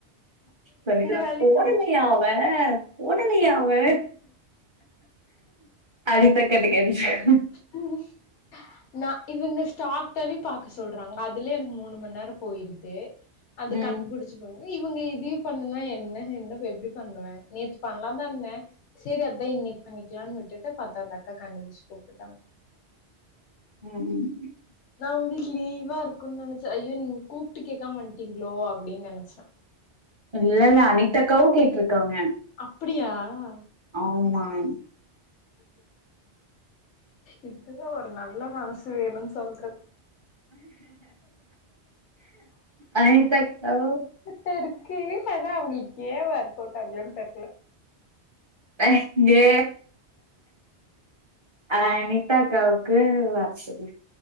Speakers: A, on the right (about 30°); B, on the left (about 85°).
A: சந்திக்குதா
B: வேலையும்
A: போடலயா அவே <unintelligible> போடலயா அவே அடித்த கட்டு க <unintelligible>
B: ம் நா இவுங்க ஸ்டாக்டேலி பாக்க சொல்றாங்க அதுலயே எனக்கு மூணு மணி நேரோம் போயிருது அது
A: ம்
B: கன் புடிச் இவுங்க இது பண்ணனா என்ன என்ன எப்டி பண்ணுவே நேத்து பண்லாந்தா இருந்தே சேரி அதா இன்னைக்கு பண்ணிக்கலானு விட்டுட்டு பத்தா அந்த அக்கா கண்டுபிடிச்சு கூப்பிட்டுட்டாங்க
A: ம் ம்
B: நா உங்களுக்கு லீவா இருக்குன்னு நினைச்சே ஐயோ நீங்க கூப்ட்டு கேட்கம வன்டீங்களோ அப்டின்னு நினைச்சே
A: இல்ல இல்ல அனித அக்காவு கேட்டிருக்காங்க
B: அப்டியா ஆ
A: ஆமான்
B: இதுக்குதா ஒரு நல்ல மனசு வேணுன்னு சொல்றது
A: அனிதா அக்காவு
B: ட இருக்கே அதா அவங்களுக்கே ஏ ஆர் போட்டாங்கன்னு தெரல
A: அ இங்கே அ அனிதாக்காவுக்கு வசதி